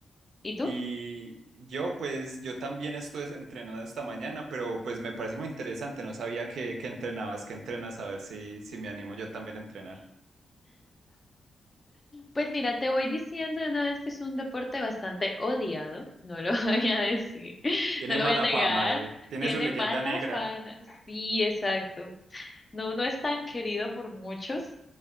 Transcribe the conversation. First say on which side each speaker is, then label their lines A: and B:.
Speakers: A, on the left (about 25°); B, on the right (about 80°).
A: ¿Y tú?
B: y yo pues, yo también estuve entrenando esta mañana, pero pues me parece muy interesante, no sabía que, que entrenabas, que entrenas, a ver si, si me animo yo también a entrenar.
A: Pues mira, te voy diciendo de una vez que es un deporte bastante odiado, no lo <laughs> voy a decir,
B: Tiene
A: no lo
B: mala
A: voy a negar,
B: fama, eh, Tiene
A: tiene
B: su leyenda
A: mala
B: negra.
A: fama. Sí, exacto. No, no es tan querido por muchos.